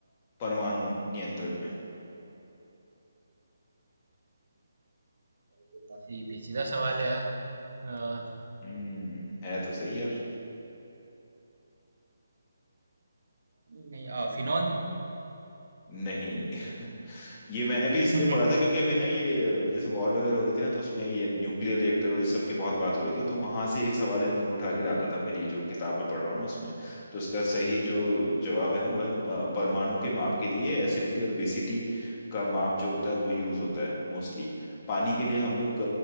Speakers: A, on the left; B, on the right.
A: परमाणु नियंत्रण में
B: तो काफी पेचीदा सवाल है यार अ,
A: हम्म है तो सही यार
B: नहीं अ, फिनॉल
A: नहीं <laughs> ये मैंने
B: <laughs>
A: भी इसलिए पढ़ा था क्योंकि अभी ना ये जैसे वॉर वगैरह हो रही थी ना तो उसमें ये न्यूक्लियर रिएक्टर और इस सब की बहुत बात हो रही थी तो वहां से ये सवाल इन्होंने उठा के डाला था मेरी जो किताब मैं पढ़ रहा हूँ ना उसमें तो इसका सही
B: अच्छा
A: जो जवाब है ना वो है प- परमाणु के माप के लिए एसिडिटी और बेसिटी का माप जो होता है वो यूज होता है मोस्टली पानी के लिए हम लोग